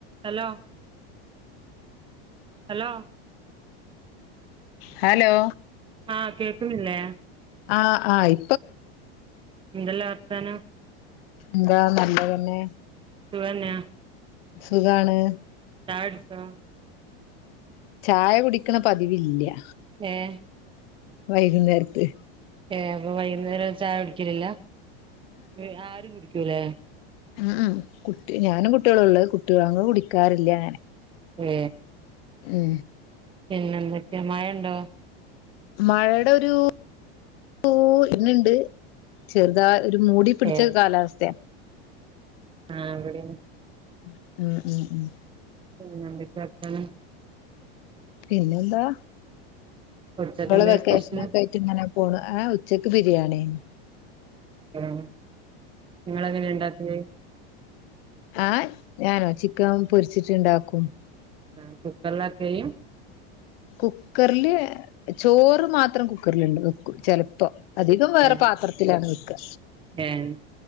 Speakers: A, on the right (about 15°); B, on the left (about 65°).
A: Hello hello
B: hello
A: ആ കേൾക്കുന്നില്ലേ
B: ആ ആയി
A: എന്തെല്ലാ വർത്താനം
B: എന്താ നല്ലത് തന്നെ
A: സുഖന്നെ
B: സുഖാണ്.
A: ചായ കുടിച്ചോ?
B: ചായ കുടിക്കണ പതിവില്യ.
A: ഏഹ്
B: വൈകുന്നേരത്ത്
A: ഏഹ് അപ്പോ വൈകുന്നേരം ചായ കുടിക്കലില്ല. ഏഹ് ആരും കുടി ക്കൂലേ?
B: മ് മ് കുട്ടി ഞാനും കുട്യോളുള്ളെ കുട്ടികങ്ങള് കുടിക്കാറില്ല അങ്ങനെ.
A: ഏ
B: ഉം
A: പിന്നെന്തൊക്കെ മഴയിണ്ടോ?
B: മഴടൊരൂ ഊ വര്ണ് ണ്ട് ചെറുതായി ഒരു മൂടി പിടിച്ച
A: ഏഹ്
B: കാലാവസ്ഥയാ.
A: ആഹ് ഇവ്ടെങ്ങ <unintelligible>
B: മ് മ് മ് മ്
A: പിന്നെന്ത്‌ട്ട വർത്താനം?
B: പിന്നെന്താ?
A: ഉച്ചക്കെന്തേ
B: ഇപ്പള് വെക്കേഷനൊക്കെ
A: സ്പെഷ്യല്
B: ആയിട്ടിങ്ങനെ പോവ. ആഹ് ഉച്ചക്ക് ബിരിണിയായ്ന്നു.
A: <unintelligible> ഇങ്ങളെങ്ങനെ ഇണ്ടാക്കല്?
B: ആയ് ഞാനോ ചിക്കം പൊരിച്ചിട്ട്ണ്ടാക്കും.
A: ആഹ് കുക്കർലാക്കയ്യ്?
B: കുക്കർല് ചോറ് മാത്രം കുക്കർല് ണ്ട് വെക്കും ചെലപ്പോ. അധികം വേറെ
A: ഏഹ്
B: പാതർത്തിലാണ് വെക്കാ.
A: ഏഹ്